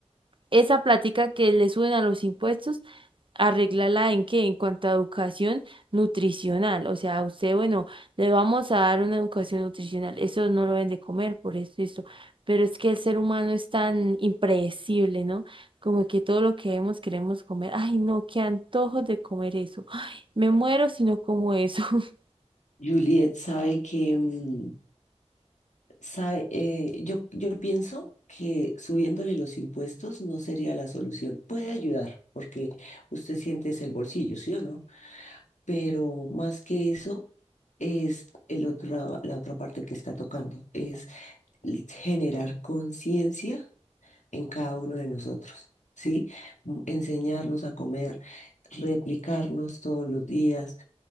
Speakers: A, on the right; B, on the left.
A: esa plática que le suben a los impuestos, arreglarla en qué, en cuanto a educación nutricional. O sea, a usted, bueno, le vamos a dar una educación nutricional. Eso no lo ven de comer, por eso, eso. Pero es que el ser humano es tan impredecible, ¿no? Como que todo lo que vemos queremos comer. Ay, no, qué antojos de comer eso. Ay, me muero si no como eso. <laughs>
B: Juliet sabe que, mm, sabe, eh, yo, yo pienso que subiéndole los impuestos no sería la solución. Puede ayudar porque usted siente es el bolsillo, ¿sí o no? Pero más que eso es el otro, la otra parte que está tocando, es generar conciencia en cada uno de nosotros, ¿sí? Mm, Enseñarnos a comer, replicarnos todos los días,